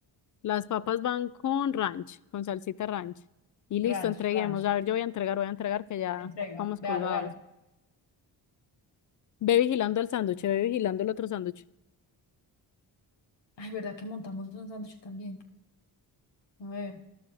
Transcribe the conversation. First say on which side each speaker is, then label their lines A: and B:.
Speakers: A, on the left; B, on the left.
A: Las papas van con ranch, con salsita ranch. Y listo,
B: Ranch,
A: entreguemos.
B: ranch.
A: A ver, yo voy a entregar, voy a entregar que ya
B: Entrega,
A: vamos
B: véalo,
A: colgados.
B: véalo.
A: Ve vigilando el sándwich, ve vigilando el otro sándwich.
B: Ay, ¿verdad que montamos un sándwich también? A ver.